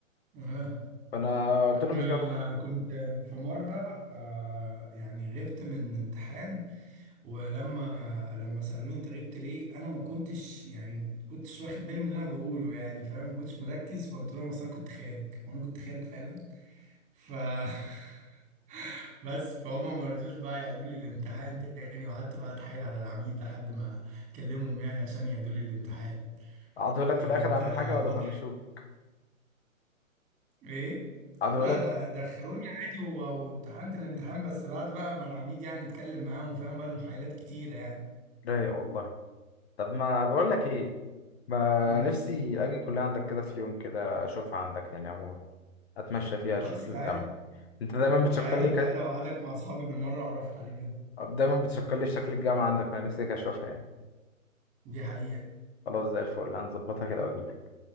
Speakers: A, on the right; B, on the left.
A: اه
B: فانا قلت
A: أنا
B: له مش جاي بكره
A: كنت في مرة آه، يعني غبت من امتحان ولما لما سألوني أنت غبت ليه أنا ما كنتش يعني كنتش واخد بالي من اللي أنا بقوله يعني فاهم ما كنتش مركز فقلت لهم أصل أنا كنت خارج وأنا كنت خارج فعلا ف <laughs> بس فهم ما رضيوش بقى يعيدوا لي الامتحان تاني وقعدت بقى أتحايل على العميد لحد ما كلمهم يعني عشان يعيدوا لي الامتحان
B: عدهولك
A: كانت
B: في الاخر اهم
A: آه،
B: حاجه ولا
A: فترة
B: طنشوك
A: ايه
B: عدهولك
A: لا ده
B: في الآخر.
A: دخلوني عادي و- وامتحنت الامتحان بس بعد بقى ما العميد يعني اتكلم معاهم فاهم بعد محايلات كتيرة يعني
B: رايق والله طب ما بقول لك ايه ما
A: قول
B: نفسي
A: لي
B: اجي الكليه عندك كده في يوم كده اشوفها عندك يعني عموما اتمشى فيها
A: خلاص
B: اشوف
A: تعالى
B: الجامعه انت دايما بتشكر
A: تعالى
B: لي
A: تعالى
B: ك...
A: وقعدك مع اصحابي بالمرة واعرفك عليهم
B: دايما بتشكر لي في شكل الجامعه عندك انا نفسي اجي اشوفها يعني
A: دي حقيقة
B: خلاص زي الفل هنظبطها كده واجي لك.